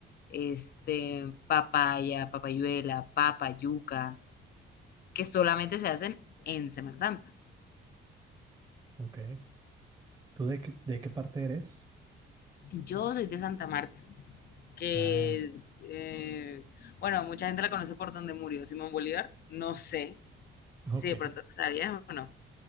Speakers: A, on the left; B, on the right.
A: este, papaya, papayuela, papa, yuca, que solamente se hacen en Semana Santa.
B: Ok. ¿Tú de, qué- de qué parte eres?
A: Yo soy de Santa Marta, que,
B: Ah,
A: eh, bueno, mucha gente la conoce por donde murió Simón Bolívar, no sé,
B: ok.
A: si de pronto tú sabías o no.